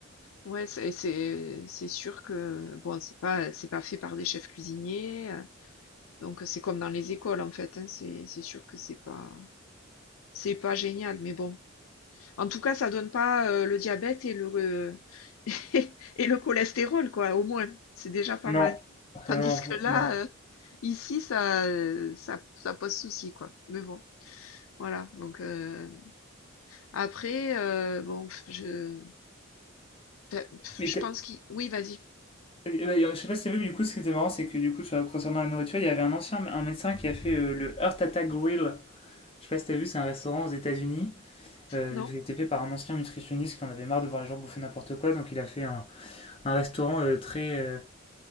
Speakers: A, on the left; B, on the left.
A: Ouais, c'est c'est c'est sûr que bon, c'est pas c'est pas fait par des chefs cuisiniers, heu, donc c'est comme dans les écoles, en fait, hein. C'est c'est sûr que c'est pas c'est pas génial, mais bon. En tout cas, ça donne pas, heu, le diabète et le re <laughs> et le cholestérol, quoi, au moins. C'est déjà pas mal.
B: Non,
A: Tandis
B: non
A: que là,
B: non.
A: heu, ici, ça, heu, ça ça pose souci, quoi. Mais bon, voilà, donc heu, après, heu, bon, je enfin,
B: Mais
A: je
B: t'as-
A: pense qu'il oui, vas-y.
B: euh, ouais, je sais pas si t'as vu, mais du coup, ce qui était marrant, c'est que du coup, sur, concernant la nourriture, il y avait un ancien un médecin qui a fait euh, le Heart Attack Grill. Je sais pas si t'as vu, c'est un restaurant aux États-Unis. Euh,
A: Non?
B: qui a été fait par un ancien nutritionniste qui en avait marre de voir les gens bouffer n'importe quoi. Donc, il a fait un, un restaurant euh, très, euh,